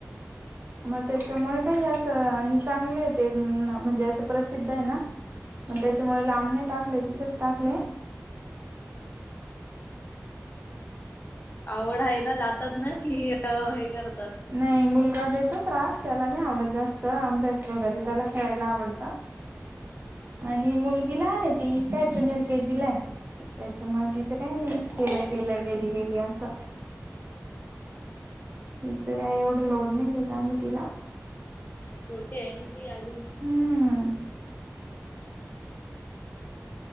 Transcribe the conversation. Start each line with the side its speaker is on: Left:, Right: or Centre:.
Right: मग त्याच्यामुळे काही असं आणि चांगले आहे ते म्हणजे असं प्रसिद्ध आहे ना मग त्याच्यामुळे लांबणी टाकले तिथंच टाक
Left: आवड आहे ना जात की हे कर
Right: नाही मुलगा देतो त्रास त्याला नाही आवडत जास्त अभ्यास वगरे त्याला खेळायला आवडत
Left: हम्म.
Right: आणि मुलगीला ह ती काय ज्युनियर के जीला त्याच्यामुळे
Left: हा
Right: तिचं
Left: छोटी
Right: काही नाही
Left: आहे
Right: केलं केलं गेली गेली असं
Left: हा बरोबर
Right: तिचं काही एवढं लोड नाही देत आम्ही तिला
Left: नाही छोटे आहे ना ते अजून
Right: हम्म
Left: अच्छ